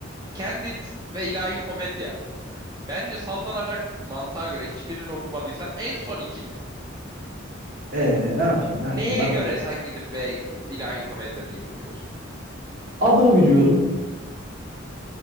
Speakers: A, on the right; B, on the right.
A: Candid ve ilahi Komedya. Bence sallanacak mantığa göre hiçbirini okumadıysan en son ikili.
B: Ee, ne yapayım, ne yapayım
A: Neye
B: ben?
A: göre sen gidip be ilahi komedya diyebiliyorsun?
B: Adını biliyordum.